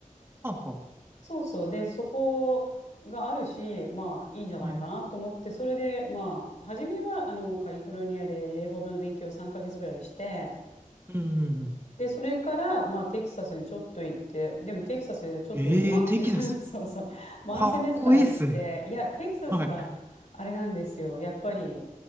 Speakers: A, on the right; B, on the left.
A: はあは
B: そうそう。で、そこがあるし、まあいいんじゃないかなと思って、
A: はい。
B: それでまあ、初めはあのカリフォルニアで英語の勉強を3ヶ月ぐらいして、
A: うんうんうん。
B: で、それから、まあ、テキサスにちょっと行って、でもテキサスはちょっとワン、
A: ええーテキサス。
B: <laughs> そうそう、ワンセメスター行って、
A: かっこいいっすね。
B: いや、テキサスはあれなんですよ。
A: はい。
B: やっぱり、